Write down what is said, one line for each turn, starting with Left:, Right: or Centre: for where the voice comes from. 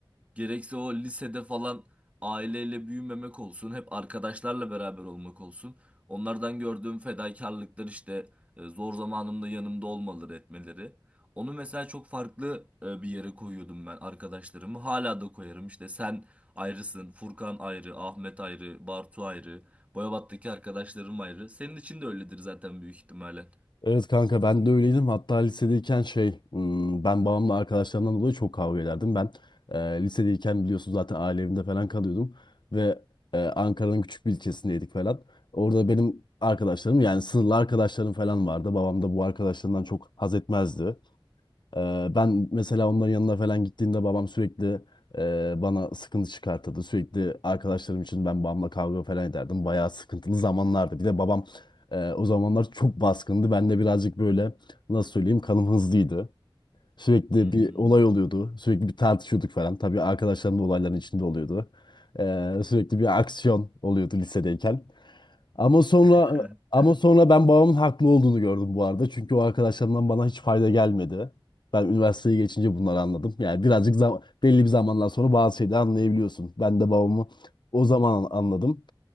Right: gerekse o lisede falan aileyle büyümemek olsun. Hep arkadaşlarla beraber olmak olsun. Onlardan gördüğüm fedakarlıklar işte e, zor zamanımda yanımda olmaları etmeleri. Onu mesela çok farklı e, bir yere koyuyordum ben arkadaşlarımı. Hala da koyarım. İşte sen ayrısın, Furkan ayrı, Ahmet ayrı, Bartu ayrı. Boyabat'taki arkadaşlarım ayrı. Senin için de öyledir zaten büyük ihtimalle.
Left: Evet kanka ben de öyleydim. Hatta lisedeyken şey hmm, ben babamla arkadaşlarımdan dolayı çok kavga ederdim. Ben e, lisedeyken biliyorsun zaten aile evinde falan kalıyordum. Ve e, Ankara'nın küçük bir ilçesindeydik falan. Orada benim arkadaşlarım yani sınırlı arkadaşlarım falan vardı. Babam da bu arkadaşlarından çok haz etmezdi. Ee, ben mesela onların yanına falan gittiğimde babam sürekli e, bana sıkıntı çıkartırdı. Sürekli arkadaşlarım için ben babamla kavga falan ederdim. Bayağı sıkıntılı zamanlardı. Bir de babam e, o zamanlar çok baskındı. Ben de birazcık böyle nasıl söyleyeyim kanım hızlıydı. Sürekli
Right: Hı hı.
Left: bir olay oluyordu. Sürekli bir tartışıyorduk falan. Tabii arkadaşlarım da olayların içinde oluyordu. Ee, sürekli bir aksiyon oluyordu lisedeyken. Ama sonra
Right: <laughs>
Left: ama sonra ben babamın haklı olduğunu gördüm bu arada. Çünkü o arkadaşlarımdan bana hiç fayda gelmedi. Ben üniversiteyi geçince bunları anladım. Yani birazcık zam- belli bir zamandan sonra bazı şeyleri anlayabiliyorsun. Ben de babamı o zaman anladım.